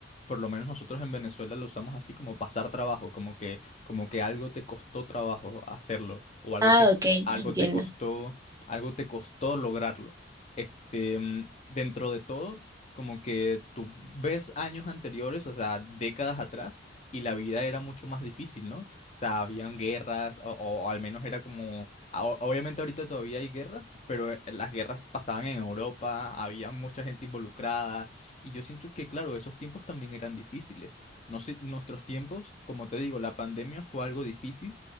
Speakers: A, on the left (about 35°); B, on the right (about 15°).
A: por lo menos nosotros en Venezuela lo usamos así, como pasar trabajo, como que, como que algo te costó trabajo hacerlo, o algo
B: Ah,
A: te,
B: ok, ya
A: algo
B: entiendo.
A: te costó, algo te costó lograrlo. Este, mm, dentro de todo, como que tú ves años anteriores, o sea, décadas atrás, y la vida era mucho más difícil, ¿no? O sea, habían guerras, o, o al menos era como, a- o- obviamente ahorita todavía hay guerras, pero eh, las guerras pasaban en Europa, había mucha gente involucrada, y yo siento que, claro, esos tiempos también eran difíciles. No sé, nuestros tiempos, como te digo, la pandemia fue algo difícil,